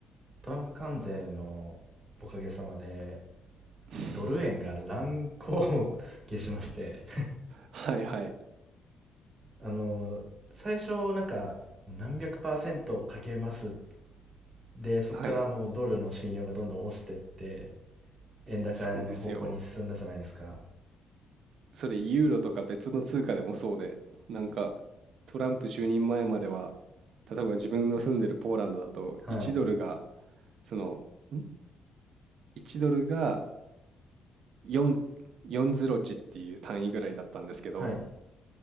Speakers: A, on the right (about 35°); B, on the right (about 70°).
A: トランプ関税のおかげさまで、
B: <laughs>
A: もうドル円が乱高下しまして、
B: はいはい、
A: あの、最初なんか、もう何百パーセントかけます。で、そこからもうドルの信用がどんどん落ちてって、
B: はい、
A: 円高の方向に進んだじゃないですか。
B: そうですよ。それユーロとか別の通貨でもそうで、なんかトランプ就任前までは、例えば自分の住んでるポーランドだと1ドルが、
A: はい。
B: その、ん ?1 ドルが4、4ズロ値っていう単位ぐらいだったんですけど、
A: はい。う